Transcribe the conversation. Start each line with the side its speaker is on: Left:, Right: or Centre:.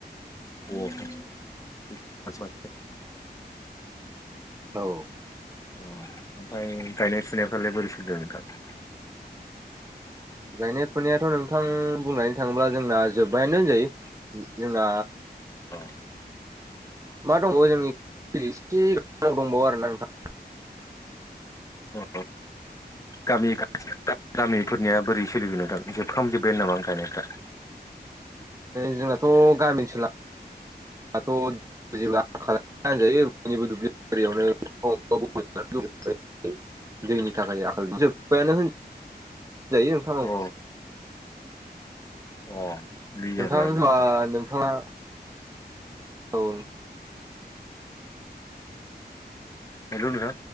Left: अ
Right: औ
Left: अ ओमफ्राय गायनाय फुनायफ्रालाय बोरै सोलिदोगं नोंथां?
Right: गायनाय फुनायाथ' नोंथां बुंनानै थाङोब्ला जोंना जोब्बायानो होनजायो। जोंना
Left: औ
Right: मा दंबो जोंनिसेाव दंबावो आरोना नोंथां।
Left: अ गामि खाथि दा गामिफोरनिया बोरै सोलिगोन नोंथां जोबखामजोब्बायानो नामा आं गायनायफ्रा?
Right: जोंहथ' गामि ओनसोलाथ' बिदिब्ला खालामजायो बनिबो दुब्लि बारियावनो <unintelligible> दैनि थाखाय आखाइ जोब्बायानो होनजायो नोंथां
Left: अ
Right: औ
Left: अ बिदि
Right: नोंथां
Left: आरोना होनबा
Right: ओ नोंथाङा औ
Left: हेल' नोंथां